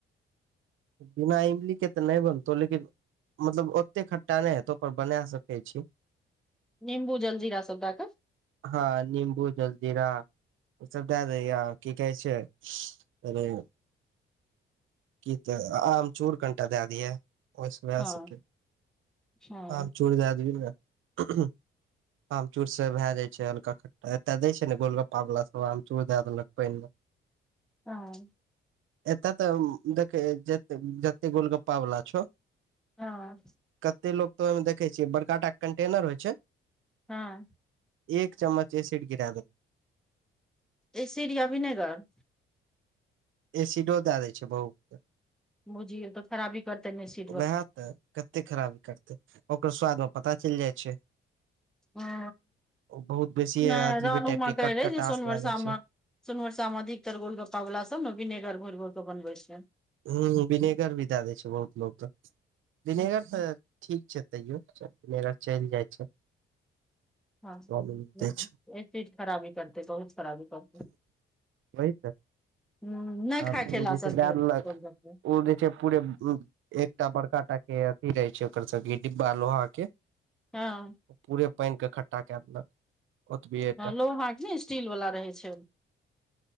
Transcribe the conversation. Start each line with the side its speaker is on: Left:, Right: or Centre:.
Right: बिना इमली के तऽ नहि बनतौ लेकिन मतलब ओते खट्टा नहि हेतौ पर बना सकै छी
Centre: निम्बू जल्जीरा सब देए कऽ
Right: हाँ निम्बू जलजीरा ओ सब दैए दिहिं आ की कहै छै अरे की तऽ आमचूर कनिटा दए दिह ओहि सँ भए
Centre: हँ
Right: सके
Centre: हँ
Right: आमचूर दए देबी ने आमचूर सब भए जाइ छै हल्का खट्टा एतय दै छै ने गोलगप्पा बला सब आमचूर दए देलक पानि में
Centre: हाँ
Right: एतय तऽ देखे ज जतेक गोलगप्पा वाला छौ
Centre: हाँ
Right: कते लोग तऽ ओहि में देखे छियै बड़का टा कंटेनर होइ छै
Centre: हाँ
Right: एक चम्मच एसिड गिरा देल
Centre: ईएसिड या बिनेगर
Right: एसिडो दए दै छै बहुकें
Centre: बुझिय तऽ खराबी करतै ने एसीड
Right: उएह तऽ कते खराबी करतै ओकर स्वाद मे पता चलि जाइ छै
Centre: ओह
Right: ओ बहुत बेसी
Centre: नहि
Right: अजीबे
Centre: रनु
Right: टाइप
Centre: माँ
Right: के
Centre: कैहे
Right: कटकटास
Centre: रहै जे सोनवर्षा
Right: लागे छै
Centre: मे सोनवर्षा में अधिक तर गोल गोलगप्पा सब ने बिनेगर घोरि घोर कऽ बनबे छियै
Right: हुँ विनेगर भी दऽ देै छै बहुत लोक तऽ विनेगर तऽ ठीक छै तैयो विनेगर चलि जाइ छै
Centre: हाँ चीज
Right: चाउमिन दै छै
Centre: खराबी करतै बहुत खराबी करते
Right: वही
Centre: हुँ
Right: तऽ
Centre: नहि खाय ठेला
Right: ओ जे छै
Centre: सबकें
Right: दए
Centre: गोलगप्पे
Right: देलक ओ जे छै पूरे हुँ एकटा बड़का टा के अथी रहे छै ओकर सबके डिब्बा लोहा के
Centre: हँ
Right: पूरे पानिके खटठ्ठा कए देलक ओतबी एकटा
Centre: हँ लोहा ने स्टील वाला रहै छै